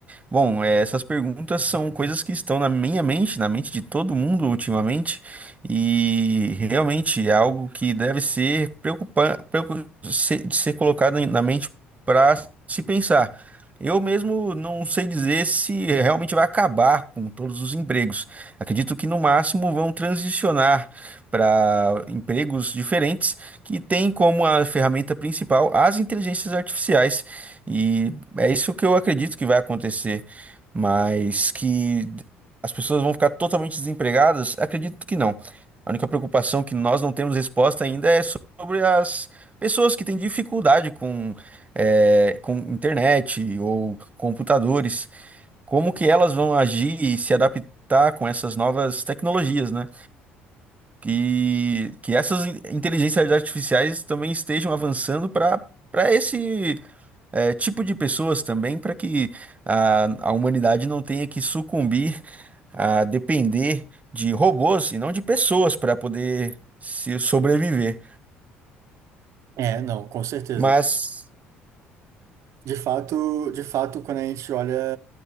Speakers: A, on the right (about 25°); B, on the right (about 50°).
A: Bom, eh, essas perguntas são coisas que estão na minha mente, na mente de todo mundo ultimamente, e realmente é algo que deve ser preocupa- preocu- ser, ser colocado em- na mente para se pensar. Eu mesmo não sei dizer se realmente vai acabar com todos os empregos. Acredito que no máximo vão transicionar para empregos diferentes que têm como a ferramenta principal as inteligências artificiais. E é isso que eu acredito que vai acontecer mas que as pessoas vão ficar totalmente desempregadas? Acredito que não. A única preocupação que nós não temos resposta ainda é sobre as pessoas que têm dificuldade com, eh, com internet ou computadores. Como que elas vão agir e se adaptar com essas novas tecnologias, né? Que, que essas in- inteligências artificiais também estejam avançando para para esse é, tipo de pessoas também para que a, a humanidade não tenha que sucumbir a depender de robôs e não de pessoas para poder se sobreviver.
B: É, não, com certeza.
A: Mas
B: De fato, de fato, quando a gente olha,